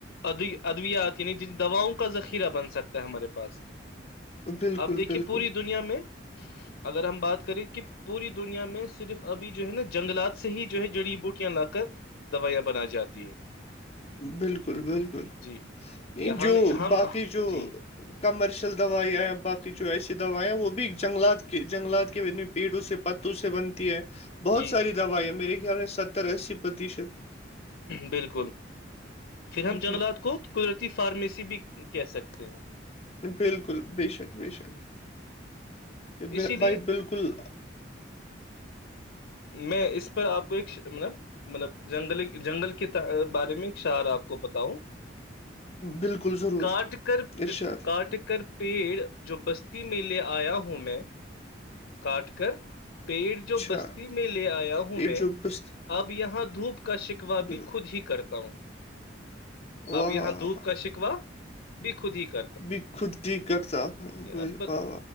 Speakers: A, on the left; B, on the left.
A: اد ادویات یعنی جن دواؤں کا ذخیرہ بن سکتا ہے ہمارے پاس
B: بالکل
A: اب دیکھیے
B: بالکل
A: پوری دنیا میں اگر ہم بات کریں کہ پوری دنیا میں صرف ابھی جو ہے نا جنگلات سے ہی جو ہے جڑی بوٹیاں لا کر دوائیاں بنائی جاتی ہے
B: بالکل بالکل
A: جی
B: نہیں
A: یا ہم
B: جو
A: ہم
B: باقی جو
A: جی
B: کمرشل دوائیاں باقی جو ایسی دوائیاں وہ بھی جنگلات کے جنگلات کے پیڑوں سے پتوں سے بنتی ہے بہت
A: جی
B: ساری دوائیں میرے خیال میں ستر اسی پرتیشت
A: بالکل پھر ہم
B: ہوں
A: جنگلات کو قدرتی فارمیسی بھی کہہ سکتے ہیں
B: بالکل بے شک بے شک ب
A: اسی
B: بھائی
A: لیے
B: بالکل کل
A: میں اس پر آپ کو ایک مطلب مطلب جنگلی جنگل کے بارے میں شعر آپ کو بتاؤں
B: بالکل ضرور
A: کاٹ کر
B: ارشاد فرمائیں۔
A: کاٹ کر پیڑ جو بستی میں لے آیا ہوں میں کاٹ کر پیڑ جو
B: اچھا
A: بستی میں لے آیا ہوں
B: پیٹ
A: میں
B: جو بس
A: اب یہاں دھوپ کا شکوا
B: بالکل
A: بھی خود ہی کرتا ہوں
B: واہ
A: اب یہاں دھوپ کا شکوا بھی خود ہی کا
B: بھی خود ہی کرتا ہوں ب
A: اب
B: واہ و